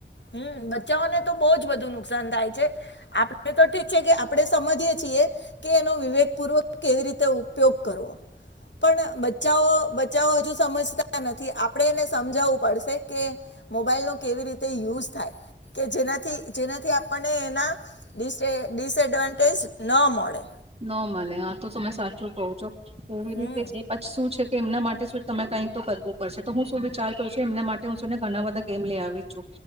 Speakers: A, on the left (about 75°); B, on the right (about 35°).
A: હમ બચ્ચાઓને તો બહુ જ બધું નુકસાન થાય છે આપડ તો ઠીક છે કે આપડે સમજીય છીએ કે એનો વિવેક પૂર્વક કેવી રીતે ઉપયોગ કરવો પણ બચ્ચાઓ બચ્ચાઓ હજુ સમજતા નથી આપડણે એને સમજાવવું પડશે કે મોબાઈલ નો કેવી રીતે તે યુઝ થાય કે જેનાથી જેનાથી આપણને એનાડિસ ડિસએડવાન્ટેજ ન મળે
B: ન મળલે આ તો તમે સાચું કો છો એવી
A: હમ
B: રીતે છે પછી શું છે. એમના માટે શ તમે કઈક તો કરવું પડશે તો હું શું વિચાર કરું છું એમના માટે હું છું ને ઘણા બધા ગેમ લઈ આવી છું